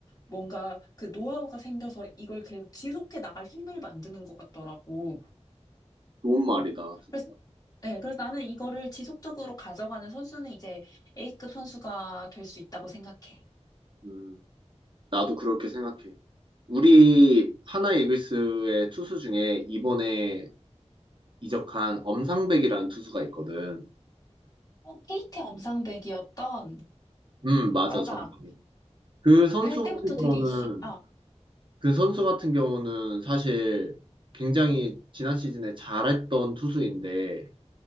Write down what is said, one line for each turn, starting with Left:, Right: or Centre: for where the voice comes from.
Left: 뭔가 그 노하우가 생겨서 이걸 계속 지속해 나갈 힘을 만드는 것 같더라고.
Right: 좋은 말이다, 진짜.
Left: 그래서 네, 그래서 나는 이거를 지속적으로 가져가는 선수는 이제 A급 선수가 될 수 있다고 생각해.
Right: 음, 나도 그렇게 생각해. 우리 하나 이글스의 투수 중에 이번에 이적한 엄상백이라는 투수가 있거든.
Left: 어, 케이트 엄상백이었던,
Right: 음, 맞아,
Left: 맞아.
Right: 정확해. 그 선수
Left: 갈 때부터
Right: 같은
Left: 되게
Right: 경우는,
Left: 이슈, 아,
Right: 그 선수 같은 경우는 사실 굉장히 지난 시즌에 잘했던 투수인데,